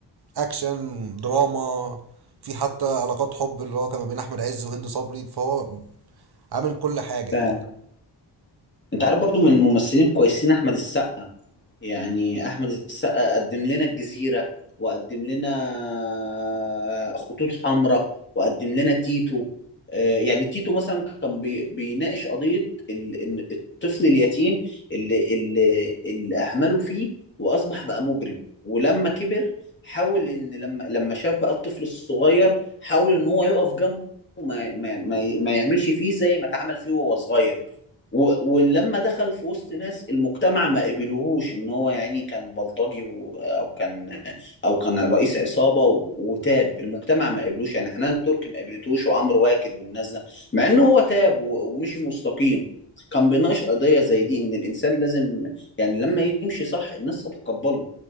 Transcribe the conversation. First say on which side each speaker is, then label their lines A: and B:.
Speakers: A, on the right; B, on the left.
A: اكشن دراما في حتى علاقات حب اللي هو كان ما بين احمد عز وهند صبري فهو عامل كل حاجه
B: فعلا
A: يعني
B: انت عارف برضو من الممثلين الكويسين احمد السقا يعني احمد السقا قدم لنا الجزيره وقدم لنا خطوط حمراء وقدم لنا تيتو آه، يعني تيتو مثلا كان بي- بيناقش قضيه ال- إن الطفل اليتيم اللي اللي اللي اهمله فيه واصبح بقى مجرم ولما كبر حاول ان لما لما شاف بقى الطفل الصغير حاول ان هو يقف جنبه ما ما ما ما يعملش فيه زي ما اتعمل فيه وهو صغير و- ولما دخل في وسط ناس المجتمع ما قبلوهوش ان هو يعني كان بلطجي و- او كان او كان رئيس عصابه و- وتاب المجتمع ما قبلوش يعني حنان تركي ما قبلتوش وعمرو واكد والناس ده مع ان هو تاب و- ومشي مستقيم كان بيناقش قضيه زي دي ان الانسان لازم يعني لما يمشي صح الناس تتقبله